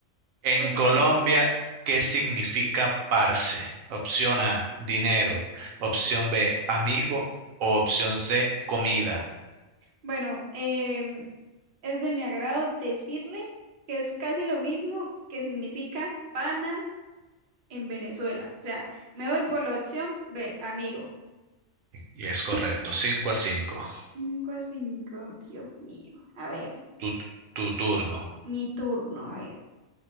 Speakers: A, on the right; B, on the right.
A: En
B: Bueno,
A: Colombia,
B: vale.
A: ¿qué significa parce? Opción A, dinero. Opción B, amigo. O opción C, comida.
B: Bueno, em, es de mi agrado decirle que es casi lo mismo que significa pana en Venezuela. O sea, me voy por la opción B, amigo.
A: Y es correcto, cinco a cinco
B: 5 a 5, Dios mío. A ver,
A: Tu, tu turno.
B: mi turno, a ver.